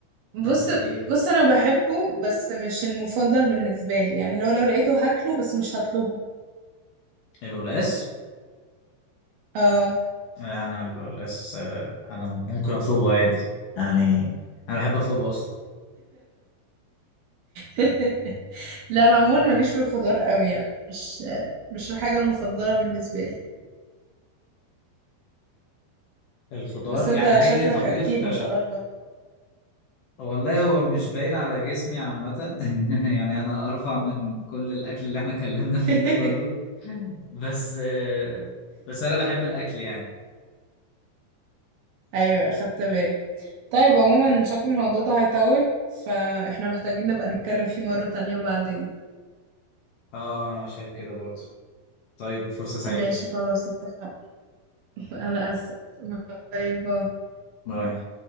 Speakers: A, on the right; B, on the left.
A: بص
B: انت ايه
A: بص انا بحبه بس مش المفضل بالنسبه لي يعني لو لو لقيته هاكله بس مش هطلبه
B: القلقاس
A: اه
B: لا انا القلقاس آه، انا ممكن اطلبه عادي يعني انا بحب اطلبه اصلا
A: <laughs> لا انا عموما ماليش في الخضار قوي يعني مش مش الحاجه المفضله بالنسبه لي
B: الخضار
A: بس انت
B: يعني
A: شكلك
B: اي طبيخ
A: اكيل ما شاء الله
B: والله هو مش باين على جسمي عامة <laughs> يعني أنا أرفع من كل الأكل اللي احنا اتكلمنا فيه
A: <laughs>
B: ده كله بس آه، بس أنا بحب الأكل يعني
A: ايوه خدت بالي طيب عموما شكل الموضوع ده هيطول فاحنا محتاجين نبقى نتكلم فيه مره تانية بعدين
B: اه أنا شايف كده برضه طيب فرصة سعيدة
A: ماشي خلاص اتفقنا <laughs> انا اسف باي باي
B: باي